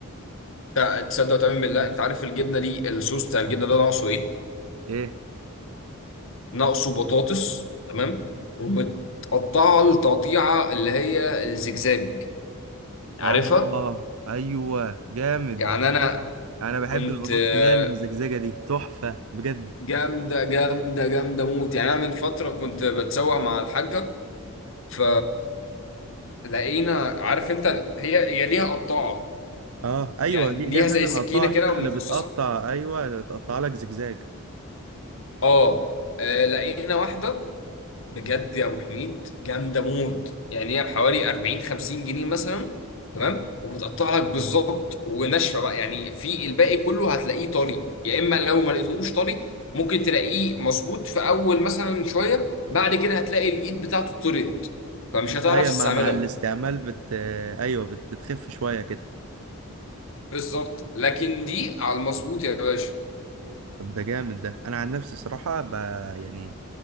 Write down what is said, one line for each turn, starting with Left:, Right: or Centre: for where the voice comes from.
Left: ت- تصدق وتؤمن بالله انت عارف الجبنه دي الصوص بتاع الجبنه ده ناقصه ايه؟
Right: ايه
Left: ناقصه بطاطس تمام ومتقطعه التقطيعه اللي هي الزجزاج عارفها؟
Right: اه ايوه جامد
Left: يعني انا
Right: انا بحب
Left: كنت
Right: البطاطس
Left: آه،
Right: اللي هي المزجزجه دي تحفه بجد
Left: جامده جامده جامده موت يعني انا من فتره كنت بتسوق مع الحاجه ف لقينا عارف انت هي هي ليها قطاعه
Right: اه ايوه
Left: يعني
Right: دي ليها
Left: ليها
Right: فعلا
Left: زي سكينه
Right: قطاعه كده
Left: كده مخصصه
Right: اللي بتقطع ايوه تقطع لك زجزاج
Left: اه آه، لقينا واحده بجد يا ابو حميد جامده موت يعني هي بحوالي 40 50 جنيه مثلا تمام وبتقطع لك بالظبط وناشفه بقى يعني في الباقي كله هتلاقيه طري يا اما لو ما لقيتوش طري ممكن تلاقيه مظبوط في اول مثلا شويه بعد كده هتلاقي الايد بتاعته طريت فمش هتعرف
Right: ايوه
Left: تستعملها
Right: مع مع الاستعمال بت آه، ايوه بت... بتخف شويه كده
Left: بالظبط لكن دي على المظبوط يا باشا
Right: طب ده جامد ده انا عن نفسي صراحه ب... يعني